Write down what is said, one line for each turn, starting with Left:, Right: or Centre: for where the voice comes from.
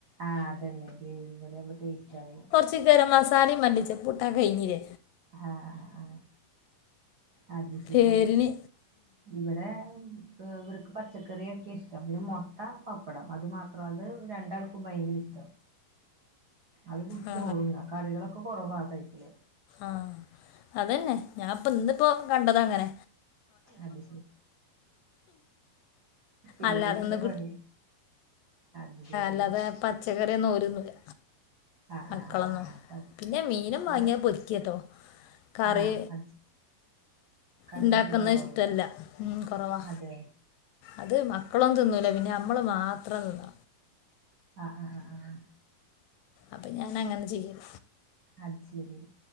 Right: ആഹ് അതെന്നെഗ്രെവിക്കൂടാവുമ്പോടേസ്റ്റവും
Left: ച്ഗരംമാസലേംമല്ലിച്ചപ്പൂട്ടകയിഞ്ഞിലെ
Right: ആഹ് ആഹ് അത് ശരിഇവിടെ
Left: പേരിന്
Right: ഇവർക്ക് പച്ചക്കറിയൊക്കെഇഷ്ടം പിന്നെമൊട്ട പപ്പടംഅത് മാത്രം അത് രണ്ടാൾക്കും ഭയങ്കരഷ്ട്ടാ അത്കുട്ടിചോറുന്നകറികളൊക്കെ
Left: ആ
Right: കൊറവാകഴിക്കല്
Left: ആഹ്അതന്നെഞാൻപ്പൊ ഇന്നിപ്പോകണ്ടതങ്ങനെ
Right: അത് ശരി ഇവിടേംഎന്തപണി
Left: അല്ലാതൊന്നും
Right: അത്ശരി
Left: അല്ലാതെപച്ചക്കറിയൊന്നുംഒരുന്നുല
Right: ആഹ്
Left: മക്കളോന്നുംപിന്നെമീനുംവാങ്ങിയ
Right: ആഹ് ആഹ് ആഹ് അപ്പൊ ഇവിടെ
Left: പൊരിക്കയട്ടോ കറി
Right: ആഹ് അത് കറി
Left: ഇണ്ടാക്കുന്നഇഷ്ടമല്ല
Right: വെക്കല് കുറവാവൂല്ലേ
Left: ഉംകൊറവാ
Right: അതെ
Left: അത് മക്കളൊന്നുംതിന്നൂലപിന്നെ നമ്മള്മാത്രംതിന്ന
Right: ആഹ് ആ ആ ആഹ്
Left: അപ്പം ഞനങ്ങനെചെയ്യും
Right: അയ്ശരി